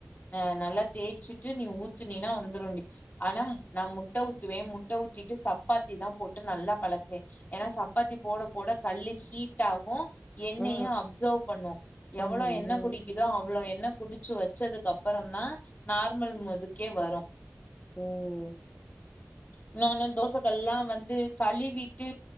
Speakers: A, on the left; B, on the left.
A: ஆஹ் நல்லா தேய்ச்சிட்டு நீ ஊத்தின்னினா வந்துரும் டி ஆனா நான் முட்டை ஊத்துவேன் மு ட்ட ஊத்திட்டு சப்பாத்தி தான் போட்டு நல்லா பழக்குவேன் ஏன்னா சப்பாத்தி போட போட கல்லு ஹீட் என்னையும்
B: ஆ
A: அப்சர்வ் பண்ணும்
B: பண்ணுவோம்ல
A: எவ்வளோ என்ன குடிக்குதோ அவ்ளோ என்ன குடிச்ச ச்சு வச்சதுக்கு அப்புறம் தான் நார்மல் முதுக்கே வரும்
B: உம்
A: இன்னொ ஒன்னு தோசைகள் எல்லாம் வந்து கா தள்ளி விட்டு